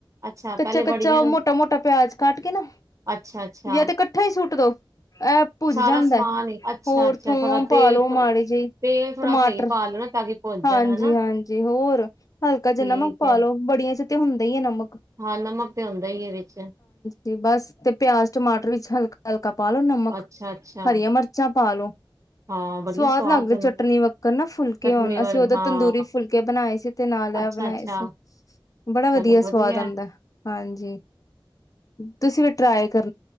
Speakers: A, on the right; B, on the left.
A: ਅੱਛਾ
B: ਕੱਚਾ
A: ਪਹਿਲੇ
B: ਕੱਚਾ
A: ਬੜੀਆਂ ਨੂੰ
B: ਮੋਟਾ ਮੋਟਾ ਪਿਆਜ ਕਾਟ ਕੇ ਨਾ
A: ਅੱਛਾ ਅੱਛਾ
B: ਜਾਂ ਤੇ ਕੱਠਾ ਹੀ ਸੁੱਟ ਦੋ ਇਹ ਭੁੱਜ
A: ਸਾਰਾ
B: ਜਾਂਦਾ।
A: ਸਮਾਨ ਹੀ ਅੱਛਾ
B: ਹੋਰ
A: ਅੱਛਾ
B: ਥੋਮ
A: ਥੋੜਾ
B: ਪਾ
A: ਤੇਲ
B: ਲੋ ਮਾੜੀ ਜਿਹੀ
A: ਤੇਲ ਥੋੜਾ
B: ਟਮਾਟਰ
A: ਸਹੀ ਪਾ ਲੋ ਨਾ ਤਾਂ ਕਿ ਭੁੱਜ
B: ਹਾਂਜੀ
A: ਜਾਣ ਹਨਾ
B: ਹਾਂਜੀ ਹੋਰ ਹਲਕਾ
A: ਠੀਕ
B: ਜਿੰਨਾਮ ਪਾਾਲ
A: ਹੈ
B: ਲੋ ਬੜੀਆਂ ਚ ਹੁੰਦਾ ਹੀ ਹੈ ਨਮਕ।
A: ਹਾਂ ਨਮਕ ਤੇ ਹੁੰਦਾ ਹੀ ਇਹ ਵਿੱਚ
B: ਜ ਬਸ ਤੇ ਪਿਆਜ ਟਮਾਟਰ ਵਿੱਚ ਹਲਕਾ ਹਲਕਾ। ਕਪਾਲੋ ਨਮਕ
A: ਅੱਛਾ ਅੱਛਾ
B: ਹਰੀਆਂ ਮਰਚ ਪਾ ਲੋ
A: ਹਾਂ ਬੜੀਆਂ
B: ਸਵਾਦ ਲੱਗਦਾ
A: ਬਣਨ
B: ਚਟਨੀ ਵੱਕਰ ਨਾ ਫੁਲਕੇ
A: ਚਟਨੀ
B: ਹੋਣ
A: ਵਰਗ
B: ਅਸੀਂ ਉਦੋਂ
A: ਹਾਂ
B: ਤੰਦੂਰੀ ਫੁਲਕੇ ਬਣਾਏ ਸੀ ਤੇ ਨਾਲ
A: ਅੱਛਾ
B: ਬਣਾਏ
A: ਅੱਛਾ
B: ਸੀ ਬੜਾ
A: ਚਲੋ
B: ਵਧੀਆ ਸਵਾਦ
A: ਹੈ।
B: ਆਉਂਦਾ ਹਾਂਜੀ। ਤੁਸੀਂ ਵੀ ਟਰਾਈ ਕਰੋ।